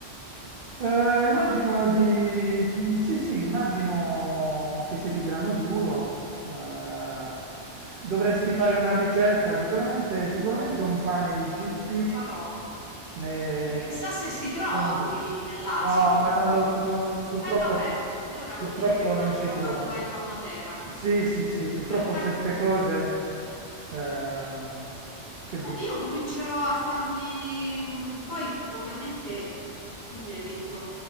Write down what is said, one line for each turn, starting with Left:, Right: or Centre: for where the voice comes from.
Right: Eh,
Left: buono,
Right: immagino di... mm, Sì, sì, immagino che sia di grano duro. eh, dovresti fare una ricerca, sicuramente, sicuramente un pane IGP
Left: lo farò.
Right: eh,
Left: E chissà se si trova
Right: grano duro.
Left: qui nel Lazio,
Right: No,
Left: ma
Right: ma
Left: non
Right: non
Left: credo.
Right: lo- non- non- purtroppo,
Left: E vabbè, allora
Right: purtroppo
Left: vuol dire che lo mangerò
Right: non si trova.
Left: quando vengo a Matera.
Right: Sì, sì, sì,
Left: <laughs>
Right: purtroppo certe cose... eh, che vuoi?
Left: Beh, io comincerò a farmi. mm, Poi, ovviamente, tu mi hai detto